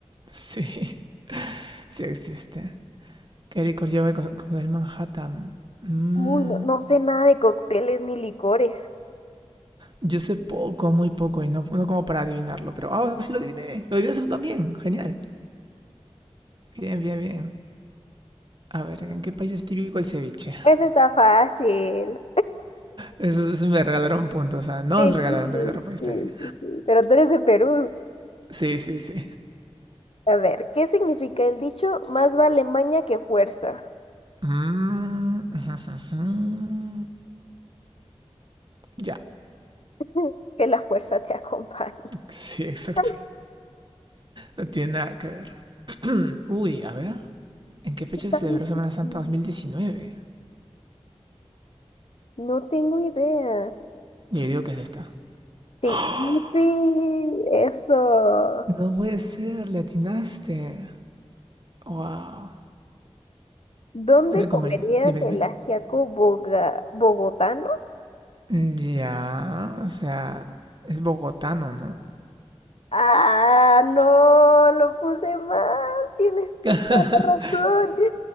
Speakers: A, on the right; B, on the left.
A: Sí, <laughs> sí existe. ¿Qué licor lleva el co- cóctel Manhattan? Mm,
B: Uy, no, no sé nada de cócteles ni licores.
A: yo sé poco, muy poco, y no, no como para adivinarlo, pero... ¡Ah, sí lo adiviné! ¡Lo adivinaste tú también! ¡Genial! Bien, bien, bien. A ver, ¿en qué país es típico el ceviche?
B: Ese está fácil.
A: Eso, eso me regalaron puntos. O sea, no
B: Sí,
A: nos regalaron
B: sí, sí,
A: también la respuesta
B: sí,
A: bien.
B: sí. sí. Pero tú eres de Perú.
A: Sí, sí, sí.
B: A ver, ¿qué significa el dicho? Más vale maña que fuerza.
A: Mm, <laughs> Ya,
B: <laughs> Que la fuerza te acompañe.
A: sí, exacto.
B: <laughs> Ay,
A: No tiene nada que ver. <clears throat> Uy, a ver. ¿En qué fecha
B: está
A: se celebró
B: difícil.
A: Semana Santa 2019?
B: No tengo idea.
A: Yo digo que es esta. <gasps>
B: Sí, yupi, eso.
A: No puede ser, le atinaste. Wow.
B: ¿Dónde
A: ¿Dónde
B: comerías
A: convenía? Dime, dime.
B: el ajiaco boga- bogotano?
A: Mm, Ya, o sea, es bogotano, ¿no?
B: Ah, no, lo puse mal. Tienes toda
A: <laughs>
B: la razón.